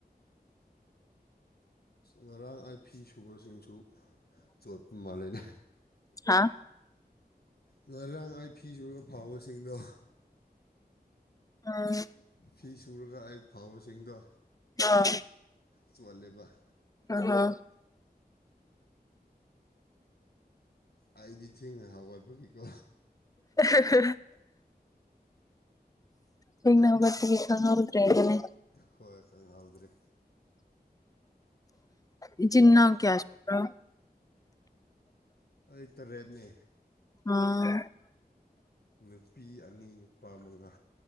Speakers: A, on the left; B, on the left.
A: ꯉꯔꯥꯡ ꯑꯥꯏ ꯐꯤ ꯁꯨꯕꯁꯤꯡꯁꯨ ꯆꯣꯠꯄ ꯃꯥꯂꯦꯅꯦ
B: ꯍꯥꯥ
A: ꯉꯔꯥꯡ ꯑꯩ ꯐꯤ ꯁꯨꯔꯒ ꯐꯥꯎꯕꯁꯤꯡꯗꯣ
B: ꯑꯥ
A: ꯐꯤ ꯁꯨꯔꯒ ꯑꯩ ꯐꯥꯎꯕꯁꯤꯡꯗꯣ
B: <unintelligible>
A: ꯆꯣꯠꯂꯦꯕ
B: ꯑ ꯍ
A: ꯑꯩꯗꯤ ꯊꯦꯡꯅ ꯍꯧꯒꯠꯄꯒꯤꯀꯣ
B: <unintelligible> ꯊꯦꯡꯅ ꯍꯧꯒꯠꯄꯒꯤ ꯈꯪꯍꯧꯗ꯭ꯔꯦꯗꯨꯅꯦ
A: ꯍꯣꯏ ꯈꯪꯍꯥꯎꯗ꯭ꯔꯤ
B: ꯏꯆꯤꯟ ꯏꯅꯥꯎ ꯀꯌꯥ ꯁꯨꯕ꯭ꯔꯣ
A: ꯑꯩ ꯇꯔꯦꯠꯅꯦ
B: ꯑꯣ
A: ꯅꯨꯄꯤ ꯑꯅꯤ ꯅꯨꯄꯥ ꯃꯉꯥ